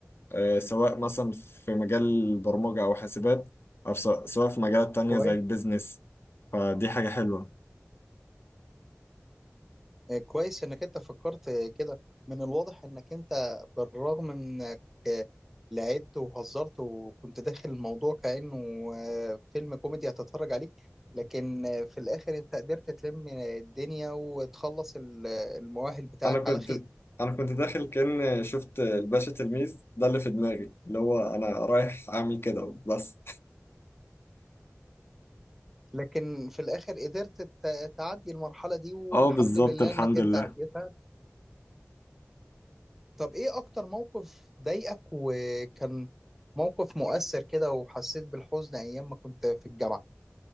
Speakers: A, on the left; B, in the centre.
A: آه، سواء مثلا في مجال البرمجة أو حاسبات أو سواء سواء في مجالات تانية
B: كويس
A: زي البيزنس فدي حاجة حلوة
B: آه كويس انك انت فكرت كده من الواضح انك انت بالرغم من انك آه، لعبت وهزرت وكنت داخل الموضوع كانه آه فيلم كوميدي هتتفرج عليه لكن آه، في الاخر انت قدرت تلم الدنيا وتخلص ال- المؤهل بتاعك
A: انا كنت
B: على خير
A: انا كنت داخل كأن شفت الباشا تلميذ ده اللي في دماغي اللي هو انا رايح اعمل كده بس
B: لكن في الاخر قدرت ت- تعدي المرحله دي والحمد
A: اه بالظبط
B: لله
A: الحمد
B: انك انت
A: لله
B: عديتها طب ايه اكتر موقف ضايقك وكان موقف مؤثر كده وحسيت بالحزن ايام ما كنت في الجامعه